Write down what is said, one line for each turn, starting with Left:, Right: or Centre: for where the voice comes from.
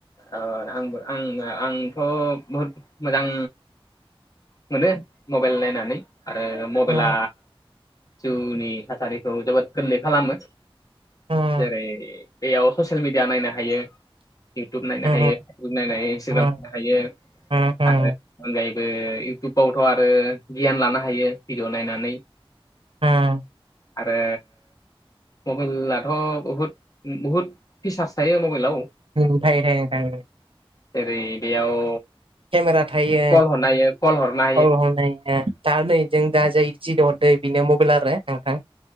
Left: ओ आंबो आं आंथ' बहुद मोजां मोनो मबाइल नायनानै आरो मबाइला
Right: उम
Left: जिउनि थासारिखौ जोबोद गोरलै खालामो
Right: उम
Left: जेरै बेयाव ससियेल मिडिया नायनो हायो इयउटुब नायनो
Right: उम
Left: हायो फेसबुक नायनो हायो इन्सटाग्राम
Right: उम
Left: नायनो हायो
Right: उम
Left: आरो अनगायैबो इउटुबावथ आरो गियान लानो हायो भिडियअ नायनानै
Right: उम
Left: आरो मबाइलाथ बहुद बहुद फिसार्स थायो मबाइलाव
Right: थायो थायो थायो।
Left: जेरै बेयाव
Right: केमेरा थायो
Left: कल हरनो हायो कल हरनो
Right: हल हल नायनो दा नै जों दा जाय जि दो हरदो बिनो मबाइल आरो नोंथां